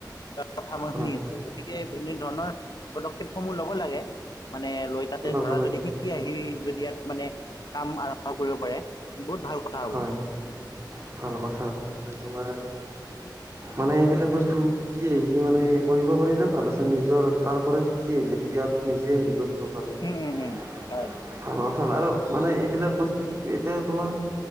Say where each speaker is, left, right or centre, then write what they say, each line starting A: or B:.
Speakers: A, on the left; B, on the right.
A: কথা মই
B: হয়
A: শুনি আছো গতিকে এনে ধৰণৰ পদক্ষেপসমূহ ল'ব লাগে। মানে লৈ তাতে
B: ল'ব
A: ধৰা
B: লাগে
A: যদি শিকি আহি যদি ইয়াত মানে কাম আৰম্ভ কৰিব পাৰে বহুত ভাল কথা হ'ব
B: হয় ভাল কথাৰ মানে তোমাৰ মানে এইবিলাক বস্তু শিকি আহি মানে কৰিব পাৰিলে ভাল আছে নিজৰ তাৰ পৰা শিকি আহি <unintelligible>
A: উম উম উম হয়
B: মানে এইবিলাক বস্তু এতিয়া তোমাৰ